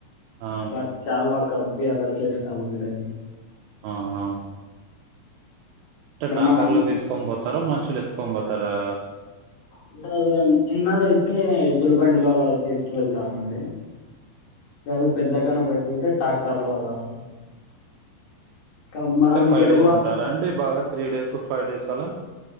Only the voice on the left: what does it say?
బస్ చాలు వ కప్పి అలా చేస్తామండి
మనం
అంటే అదేం చిన్నదైతే ఎద్దుల బండిలో అలా తీసుకువెళ్తామండి ఇళ పెద్ద కనపతేయితే ట్రాక్టర్ లో అలా ఇంకా మనం
తెలుగు
వాళ్ళ